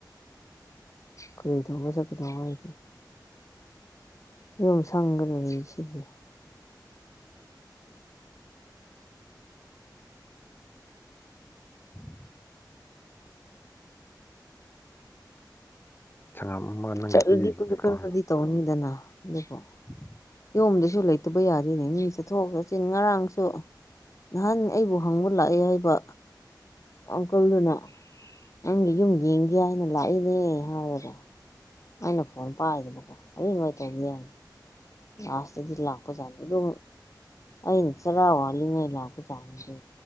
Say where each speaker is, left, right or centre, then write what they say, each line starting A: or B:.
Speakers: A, on the left (about 45°); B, on the left (about 30°).
A: ꯀꯔꯤ ꯗꯧꯕ ꯆꯠꯀꯗꯧꯕ ꯑꯩꯗꯤ ꯌꯨꯝ ꯁꯪꯒꯅ ꯂꯩ ꯁꯤꯗꯤ
B: ꯎꯝ <inaudible> ꯁꯪꯒꯥꯝ ꯑꯃ ꯅꯪꯒꯤ
A: ꯆꯠꯂꯨꯗꯤ
B: ꯄꯤꯈꯤꯕ
A: ꯈꯔ
B: <inaudible> ꯅꯤ ꯀ꯭ꯔꯣ
A: ꯈꯔꯗꯤ
B: ꯍꯥꯏꯕ
A: ꯇꯧꯅꯤꯗꯅ ꯑꯗꯨꯣ
B: ꯎꯝ
A: ꯑꯗꯣꯝꯗꯁꯨ ꯂꯩꯇꯕ ꯌꯥꯗꯦꯅꯦ ꯃꯤ ꯆꯠꯊꯣꯛ ꯆꯠꯁꯤꯟ ꯉꯔꯥꯡꯁꯨ ꯅꯍꯥꯟ ꯑꯩꯕꯨ ꯍꯪꯕ ꯂꯥꯛꯑꯦ ꯍꯥꯏꯕ ꯑꯪꯀꯜꯗꯨꯅ ꯅꯪꯗꯤ ꯌꯨꯝ ꯌꯦꯡꯒꯦ ꯍꯥꯏꯅ ꯂꯥꯛꯏꯅꯦ ꯍꯥꯏꯔꯒ ꯑꯩꯅ ꯐꯣꯟ ꯄꯥꯏꯗꯕꯀꯣ ꯑꯗꯨ ꯉꯥꯏ ꯇꯧꯕ ꯌꯥꯏ ꯑꯁ ꯂꯥꯛꯄꯖꯥꯅꯤ ꯂ ꯑꯩꯅ ꯆꯔꯥ ꯋꯥꯜꯂꯤꯉꯩ ꯂꯥꯛꯄ ꯆꯥꯅꯤꯗ